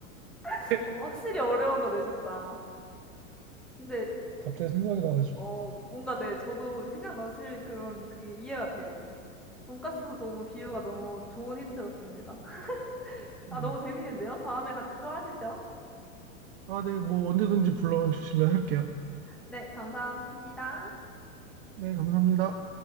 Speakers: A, in the centre; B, on the right (about 45°).
A: <laughs>
B: 네.
A: 어 확실히 어려운 거 내셨다. 근데
B: 갑자기 생각이 나가지고.
A: 어 뭔가 네 저도 생각나실 그런 그게 이해가 돼요. 돈가스도 너무 비유가 너무 좋은 힌트였습니다. <laughs>
B: 네.
A: 아, 너무 재밌는데요? 다음에 같이 또 하시죠.
B: 아, 네, 뭐 언제든지 불러 주시면 할게요.
A: 네, 감사합니다.
B: 네, 감사합니다.